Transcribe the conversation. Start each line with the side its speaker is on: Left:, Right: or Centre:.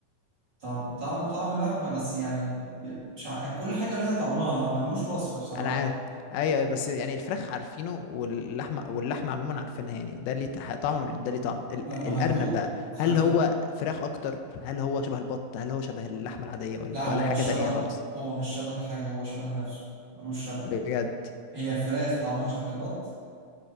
Right: طعم طعمه طعم لحمة بس يعني ب- مش ع... كل حاجة ليها طعمها ملهوش وصف بصراحة
Left: انا عارف ايوه أيوة، بس يعني الفراخ عارفينه واللحمه واللحمه عموما عارفينها يعني ده ليه تح- طعم ده ليه طعم ال-
Right: لما
Left: الارنب
Right: هتدوق
Left: بقى
Right: هت...
Left: هل هو فراخ اكتر هل هو شبه البط هل هو شبه اللحمه العاديه ولا
Right: لا هو
Left: ولا حاجه
Right: مش شبه
Left: تانية خالص
Right: هو مش شبه حاجة هو شبه نفسه ملوش شبه
Left: بجد
Right: هي الفراخ طعمها شبه البط